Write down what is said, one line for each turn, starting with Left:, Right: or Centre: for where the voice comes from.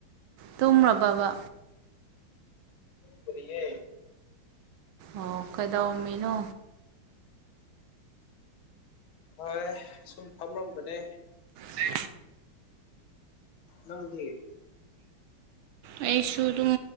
Right: ꯇꯨꯝꯕꯕ
Left: ꯀꯔꯤꯌꯦ
Right: ꯑꯣ ꯀꯩꯗꯧꯝꯃꯤꯅꯣ
Left: ꯍꯣꯏ ꯁꯨꯝ ꯐꯝꯔꯝꯕꯅꯦ
Right: ꯊ
Left: ꯅꯪꯗꯤ
Right: ꯑꯩꯁꯨ ꯑꯗꯨꯝ